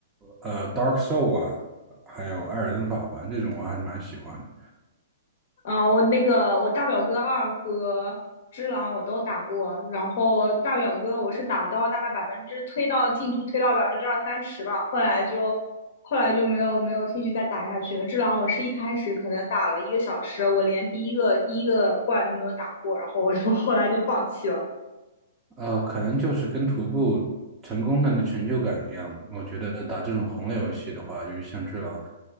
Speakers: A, on the right; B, on the left.
A: 呃 Dark Soul 啊，还有艾尔登法环这种，我还是蛮喜欢的。
B: 啊、我那个我大表哥二和只狼我都打过，然后大表哥我是打到大概百分之推到进度推到百分之二三十吧，后来就后来就没有没有兴趣再打下去了。只狼我是一开始可能打了一个小时，我连第一个第一个怪都没有打过，然后我就 <laughs> 后来就放弃了。
A: 呃，可能就是跟徒步成功的那成就感一样。我觉得打这种红类游戏的话，就是像《只狼》，